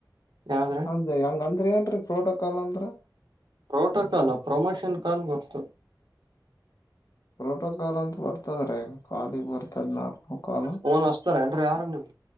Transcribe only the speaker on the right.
ಯಾವಗ್ರೀ.
ಪ್ರೋಟೋಕಾಲ ಪ್ರೊಮೋಷನ್ ಕಾಲ್ ಗೊತ್ತು.
ಫೋನ್ ಹಸ್ತಾರ ಏನ್ರಿ ಯಾರ ನಿಮ್